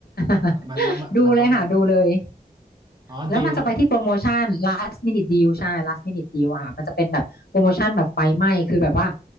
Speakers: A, on the left; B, on the right.
A: <laughs>
B: มันแล้วมันมันต้อง
A: ดูเลยค่ะดูเลย
B: อ๋อดิว
A: แล้วมันจะไปที่โปรโมชั่น last minute deal ใช่ last minute deal อะค่ะมันจะเป็นแบบโปรโมชั่นแบบไฟไหม้คือแบบว่า